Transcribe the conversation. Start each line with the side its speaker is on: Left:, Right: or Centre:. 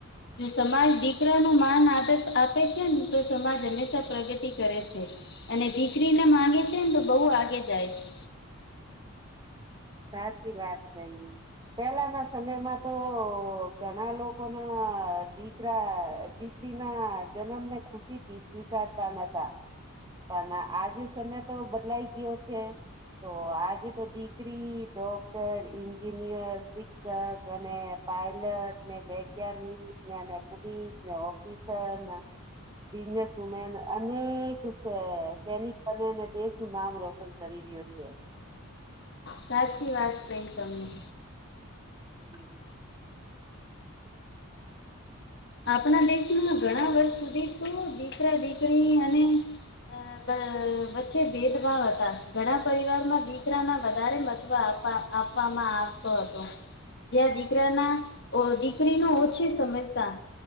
Left: જો સમાજ દીકરા નો માન આદર્શ આપે છે ને તો સમાજ હંમેશા પ્રગતિ કરે છે અને દીકરીને માંગે છે ને તો બહુ આગે જાય છે
Right: સાચી વાત કઈ પેલાના સમયમાં તો ઘણા લોકો ના દીક કરા દીકરી ના જન્મ ને ખુશી થી સ્વીકારતા નતા પણ આજે સમય તો બદલાઈ ગયો છે તો આજે તો દી કરી ડોક્ટર એન્જિનિયર શિક્ષક અને પાયલટ ને બ <unintelligible> પુલીસ ને ઓફિસર બિઝનેસમેન અનેક છે સૈનિક બનેને દેશનું નામ રો સન કરી રહ્યો છે
Left: સાચી વાત કરી તમેં
Right: હમ
Left: આપણા દેશમાં ઘણા વર્ષ સુધી તો દીકરા દીકરી અને અ વચ્ચે ભેદભાવ હતા ઘણા પરિવારમાં દીકરાના વધારે મત્વ આપ જા ના આવતો હતો જ્યા દીકરા ના દીકરી ને ઓછી સમજતા